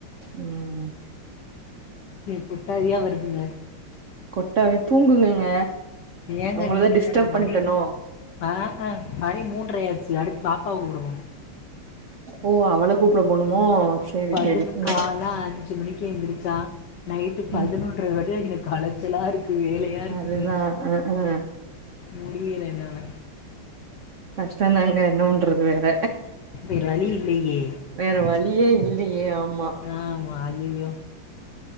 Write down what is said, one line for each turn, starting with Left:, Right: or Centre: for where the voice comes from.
Right: உம். உம்.
Left: நீங்க குட்டாரியா வருவீங்க.
Right: கொட்டாவே தூங்குங்கங்க.
Left: ஏங்க
Right: உங்களதா
Left: நீங்க
Right: டிஸ்டர்ப்
Left: வேற மணி
Right: பண்ட்டனோ
Left: ஆஹ. ஆஹ பணி மூன்றையாச்சு அடுத்து. பாப்பா கூப்ட போனு.
Right: ஓ அவ்ள கூப்பட போணுமோ. சேரி
Left: பதினு
Right: சேரி ம்
Left: கால அஞ்சு மணிக்கு எந்துருச். சா. நைட்டு
Right: ம்
Left: பதினொன்ற வர எங்களுக்கு அலச்சலா இருக்கு. து வேலையா இருக்குது.
Right: அதுதா அ அ
Left: முடியல என்னால.
Right: கஷ்டதாங்க என்னவன்றது வேற.
Left: வேற வழி இல்லையே
Right: வேற வழியே இல்லையே ஆமா
Left: ஆமா ஐயையோ.